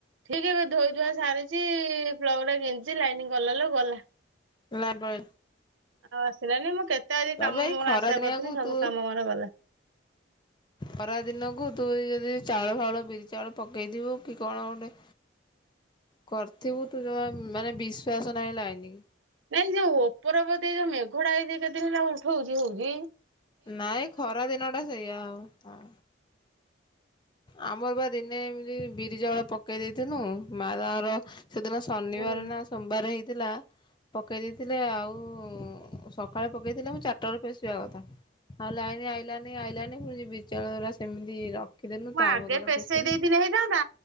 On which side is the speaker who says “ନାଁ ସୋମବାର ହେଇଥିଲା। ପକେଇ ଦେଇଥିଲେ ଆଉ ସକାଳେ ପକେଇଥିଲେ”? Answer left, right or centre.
Left